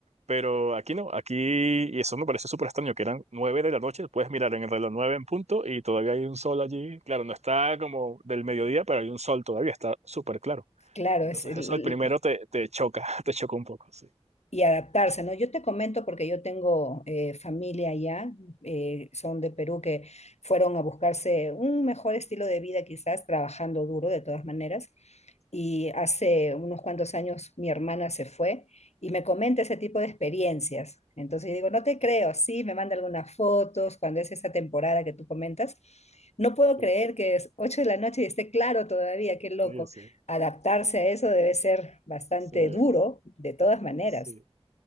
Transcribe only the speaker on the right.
Pero aquí no, aquí, y eso me parece súper extraño, que eran nueve de la noche, puedes mirar en el reloj nueve en punto y todavía hay un sol allí. Claro, no está como del mediodía, pero hay un sol todavía, está súper claro.
Entonces
eso el primero te, te choca, <laughs> te choca un poco, sí.
Sí,
sí, sí.
Sí,
sí.